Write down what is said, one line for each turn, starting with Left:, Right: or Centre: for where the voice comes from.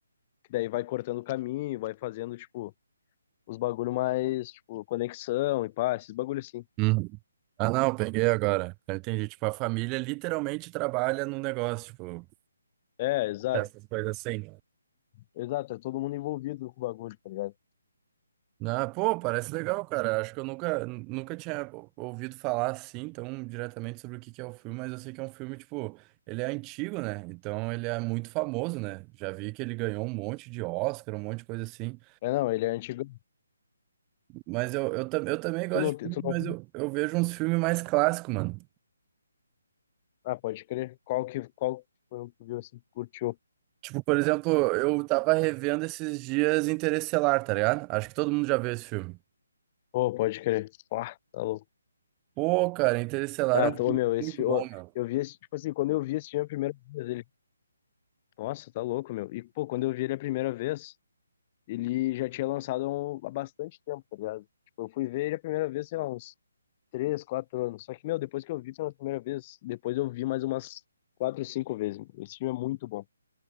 Left: Que daí vai cortando o caminho, vai fazendo, tipo, os bagulho mais, tipo, conexão e pá, esses bagulho assim.
Right: Hum. Ah, não, peguei agora. Eu entendi. Tipo, a família literalmente trabalha num negócio, tipo,
Left: É, exato.
Right: essas coisas assim.
Left: Exato, é todo mundo envolvido com o bagulho, tá ligado?
Right: Ah, pô, parece legal, cara. Acho que eu nunca, nunca tinha ouvido falar assim tão diretamente sobre o que que é o filme, mas eu sei que é um filme, tipo, ele é antigo, né? Então ele é muito famoso, né? Já vi que ele ganhou um monte de Oscar, um monte de coisa assim.
Left: É, não, ele é antigo.
Right: Mas eu, eu, tam- eu também gosto
Left: Tu não,
Right: de
Left: te-
Right: filme,
Left: tu não...
Right: mas eu, eu vejo uns filmes mais clássicos, mano.
Left: Ah, pode crer. Qual que, qual que foi um que tu viu assim que curtiu?
Right: Tipo, por exemplo, eu tava revendo esses dias Interestelar, tá ligado? Acho que todo mundo já viu esse filme.
Left: Pô, pode crer. Ah, tá louco.
Right: Pô, cara, Interestelar
Left: Ah,
Right: é um
Left: tô,
Right: filme
Left: meu, esse
Right: muito
Left: filme...
Right: bom,
Left: ô,
Right: meu.
Left: eu vi esse, tipo assim, quando eu vi esse filme a primeira vez, ele... Nossa, tá louco, meu. E, pô, quando eu vi ele a primeira vez, ele já tinha lançado há um- há bastante tempo, tá ligado? Tipo, eu fui ver ele a primeira vez, sei lá, uns três, quatro anos. Só que, meu, depois que eu vi pela primeira vez, depois eu vi mais umas quatro, cinco vezes. meu. Esse filme é muito bom.